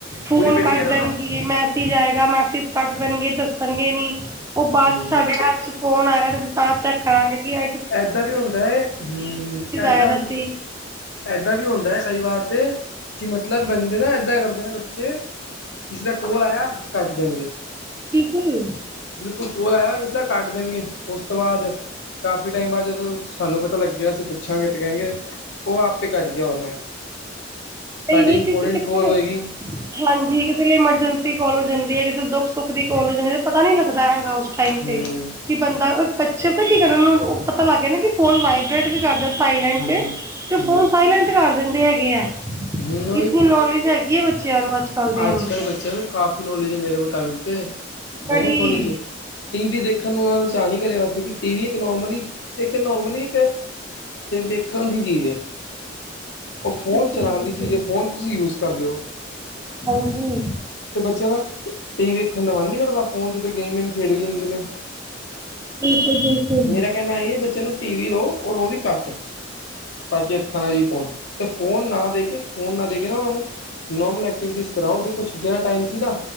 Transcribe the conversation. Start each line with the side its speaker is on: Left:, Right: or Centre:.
Right: ਫੋਨ
Left: ਪੂਰੀ ਪੇਟੀ
Right: ਕੱਟ
Left: ਕਹਿ ਰਹੇ
Right: ਦੇਣਗੇ,
Left: ਹੋ ਨਾ
Right: ਮੈਸੇਜ ਆਏਗਾ ਮੈਸੇਜ ਕੱਟ ਦੇਣਗੇ ਦੱਸਣਗੇ ਨੀ। ਉਹ ਬਾਅਦ
Left: ਹੂੰ
Right: ਚ ਸਾਡੇ ਹੱਥ ਚ ਫੋਨ ਆਏਗਾ। ਤਾਂ ਅਸੀ ਸਾਰਾ ਚੈੱਕ ਕਰਾਂਗੇ ਕੀ ਆ
Left: ਏਦਾਂ ਵੀ ਹੁੰਦਾ ਏ। ਹਮ-ਹਮ ਏਦਾਂ
Right: ਆਇਆ ਦਾ
Left: ਵੀ
Right: ਸੀ
Left: ਏਦਾਂ ਵੀ ਹੁੰਦਾ ਏ ਕਈ ਵਾਰ ਤੇ ਮਤਲਬ ਬੰਦੇ ਨਾ ਏਦਾਂ ਕਰਦੇ ਨੇ ਬੱਚੇ ਕਿਸੇ ਦਾ ਕੋਲ ਆਇਆ ਤੇ ਕੱਟ ਦੇਣਗੇ।
Right: <unintelligible>
Left: ਬਿਲਕੁਲ ਕੋਲ ਆਇਆ ਕਿਸੇ ਦਾ ਤੇ ਕੱਟ ਦੇਣਗੇ। ਉਸ ਤੋਂ ਬਾਅਦ ਕਾਫੀ ਟਾਈਮ ਬਾਅਦ ਜਦੋਂ ਸਾਨੂੰ ਪਤਾ ਲੱਗੇਗਾ। ਅਸੀਂ ਪੁੱਛਾਂਗੇ ਤੇ ਕਹਿਣਗੇ ਓ ਆਪੇ ਕੱਟ ਗਿਆ ਹੋਣਾ।
Right: ਸਹੀ
Left: ਸਾਡੀ
Right: ਨਹੀਂ
Left: ਇੰਮਪੋਟੈਂਟ
Right: ਕਿਉਂਕਿ ਦੇਖੋ
Left: ਕੋਲ ਹੋਏਗੀ
Right: ਹਾਂਜੀ ਕਿਸੇ ਲਈ ਐਮਰਜੈਂਸੀ ਕੋਲ ਹੋ ਜਾਂਦੀ ਐ। ਕਿਸੇ ਦੁੱਖ ਸੁੱਖ ਦੀ ਕੋਲ ਹੋ ਜਾਂਦੀ ਐ। ਪਤਾ ਨੀ ਲੱਗਦਾ ਹੈਗਾ ਉਸ ਟਾਈਮ
Left: ਹੂੰ
Right: ਤੇ
Left: ਹੂੰ
Right: ਕਿ ਬੰਦਾ ਬੱਚੇ ਤਾਂ ਕੀ ਕਰਨ ਪਤਾ ਲੱਗ ਜਾਂਦਾ। ਕਿ ਫੋਨ ਵਾਈਬਰੇਟ ਵੀ ਕਰਦੇ ਸਾਈਲੈਂਟ
Left: ਹੂੰ ਹੂੰ
Right: ਫੋਨ ਸਾਈਲੈਂਟ ਕਰ ਦਿੰਦੇ ਹੈਗੇ ਆ।
Left: ਹੂੰ
Right: ਇਤਨੀ ਨੌਲੇਜ ਹੈਗੀ ਏ ਬੱਚਿਆਂ ਨੂੰ ਅੱਜ ਕੱਲ ਦਿਆਂ
Left: ਅੱਜ-ਕੱਲ੍ਹ
Right: ਨੂੰ
Left: ਬੱਚਿਆਂ ਨੂੰ ਕਾਫੀ ਨੌਲੇਜ ਏ ਮੇਰੇ ਮੁਤਾਬਿਕ ਤੇ, ਬਹੁਤ
Right: ਬੜੀ
Left: ਨੌਲੇਜ ਏ। ਟੀ ਵੀ ਦੇਖਣ ਨੂੰ ਉਹ ਦਾ ਚਾਅ ਨ ਹੀ ਕਰੇਗਾ। ਕਿਉਂਕਿ ਟੀ ਵੀ ਨੋਰਮਲੀ ਇੱਕ ਨੋਰਮਲੀ ਇੱਕ ਸਿਰਫ ਦੇਖਣ ਦੀ ਚੀਜ਼ ਐ। ਉਹ
Right: ਬਿਲਕੁਲ
Left: ਫੋਨ ਚਲਾਉਣ
Right: ਬਿਲਕੁਲ
Left: ਦੀ ਚੀਜ਼ ਐ, ਫੋਨ ਤੁਸੀਂ ਯੂਜ਼ ਕਰਦੇ ਹੋ।
Right: ਹਾਂਜੀ।
Left: ਤੇ ਬੱਚਿਆਂ ਦਾ ਟੀ ਵੀ ਵੇਖਣ ਦਾ ਮਨ ਨੀ ਕਰਦਾ। ਫੋਨ ਚ ਗੇਮ-ਵੇਮ ਖੇਡ ਵੀ ਲੈਂਦੇ ਨੇ।
Right: ਬਿਲਕੁਲ-ਬਿਲਕੁਲ।
Left: ਮੇਰਾ ਕਹਿਣਾ ਆਈ ਬੱਚੇਆਂ ਨੂੰ ਟੀ ਵੀ ਦੋ ਔਰ ਉਹ ਵੀ ਘੱਟ ਪਾਕੇ ਅੱਖਾਂ ਨਾਲ ਵੀ ਤੇ ਫੋਨ ਨਾ ਦੇ ਕੇ ਫੋਨ ਨਾ ਦੇ ਕੇ ਨਾ ਉਹਨਾਂ ਨੂੰ ਨੋਮਲ ਐਕਟੀਵਿਟੀ ਕਰਾਓ ਕੁੱਛ ਛੁੱਟੀਆਂ ਦਾ ਟਾਈਮ ਸੀ ਨਾ,